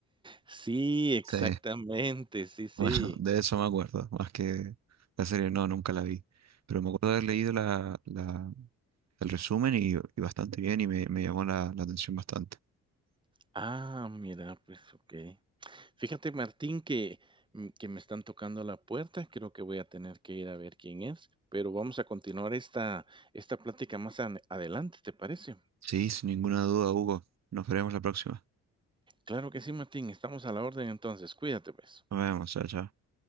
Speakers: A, on the right; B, on the right.
A: Sí, exactamente,
B: Sí, <laughs>
A: sí, sí.
B: bueno, de eso me acuerdo, más que la serie, no, nunca la vi. Pero me acuerdo de haber leído la, la- el resumen y, y bastante bien y me, me llamó la, la atención bastante.
A: Ah, mira, pues okey. Fíjate, Martín, que, mm, que me están tocando la puerta, creo que voy a tener que ir a ver quién es, pero vamos a continuar esta esta plática más ane adelante, ¿te parece?
B: Sí, sin ninguna duda, Hugo. Nos veremos la próxima.
A: Claro que sí, Martín, estamos a la orden entonces, cuídate, pues.
B: Nos vemos, chao, chao.